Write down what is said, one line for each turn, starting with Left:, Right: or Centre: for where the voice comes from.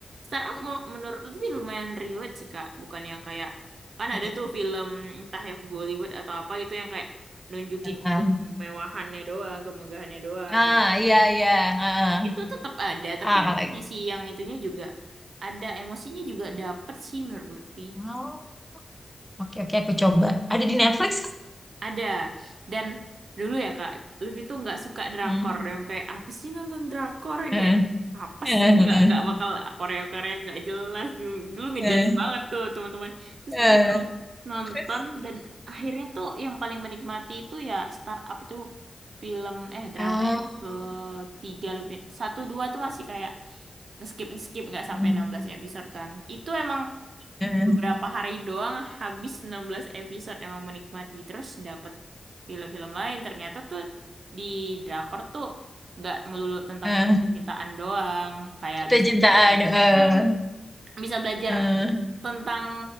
Right: startup
Centre: Mm-mm.
Right: mu- menurut lebih lumayan relate sih Kak, bukan yang kayak kan
Centre: Oke.
Right: ada tuh film entah yang Bollywood atau apa gitu yang kayak nunjukin
Centre: ah
Right: kemewahannya doang, kemegahannya doang.
Centre: ah, iya iya ah, ah
Right: Itu tetap ada, tapi
Centre: Ah,
Right: yang
Centre: kalau
Right: sisi yang itunya juga ada, emosinya juga dapet sih menurut Lutfi.
Centre: oh oke oke aku coba ada di Netflix
Right: Ada. Dan dulu ya Kak, Lutfi tuh nggak suka drakor
Centre: Hmm.
Right: yang kayak apa sih nonton drakor yang
Centre: <laughs>
Right: kayak
Centre: Eh,
Right: apa
Centre: eh,
Right: sih nggak nggak bakal Korea Korea nggak jelas dulu, dulu ngejudge
Centre: eh, eh,
Right: banget tuh teman-teman. Terus
Centre: eh.
Right: disuruh nonton
Centre: terus
Right: dan akhirnya tuh yang paling menikmati itu ya Startup itu film eh drama
Centre: ah
Right: yang ketiga Lutfi. Satu dua tuh masih kayak nge-skip nge-skip nggak sampai
Centre: hmm,
Right: 16 episode kan. Itu emang
Centre: eh,
Right: beberapa hari doang habis 16 episode emang menikmati terus dapet film-film lain ternyata tuh di drakor tuh nggak melulu tentang
Centre: eh,
Right: cintaan doang kayak
Centre: cinta-cintaan
Right: bisa belajar
Centre: eh,
Right: Mm, bisa belajar
Centre: eh.
Right: tentang